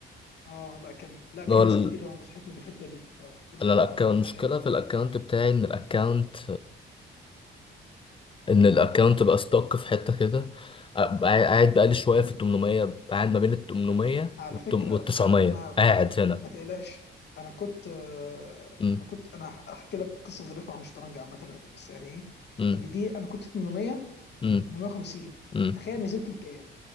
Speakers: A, on the left; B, on the left.
A: اه لا كمل لا في
B: اللي هو
A: ناس
B: ال-
A: كتير نصحتني بالحته دي فقلت لهم
B: انا
A: لا
B: الاكونت
A: يا عم
B: المشكلة
A: انا هكمل
B: في الاكونت بتاعي ان الاكونت ان الاكونت بقى ستوك في حته كده أبقى قاعد قاعد بقالي شويه في ال 800 أبقى قاعد ما بين ال 800
A: على فكرة
B: وال 900
A: ما ما
B: قاعد
A: ما,
B: هنا
A: ما تقلقش انا كنت آه،
B: امم
A: انا كنت انا هح- هحكي لك قصة ظريفة عن الشطرنج عامة دلوقتي، بس يعني ايه
B: امم
A: قبل دي انا كنت 800
B: امم
A: 850
B: امم
A: تخيل نزلت لكام